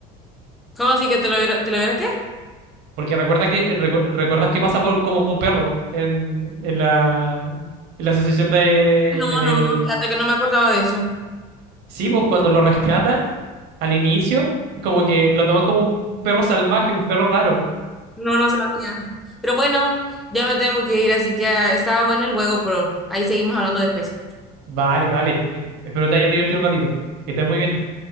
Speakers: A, in the centre; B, on the right.
A: ¿Cómo así que te lo hubiera, te lo hubiera qué?
B: Porque recuerda que, eh, recu- recuerdas que pasa por, como perro en, en la, en la asociación de,
A: No,
B: en
A: no,
B: el,
A: no, fíjate que no me acordaba de eso.
B: sí, pues cuando lo rescatan al inicio, como que lo toman como un perro salvaje, un perro raro.
A: No, no sabía. Pero bueno, ya me tengo que ir, así que ah, estaba bueno el juego, pero ahí seguimos hablando después.
B: Vale, vale. eh, Espero te hayas divertido un ratito. Que estés muy bien.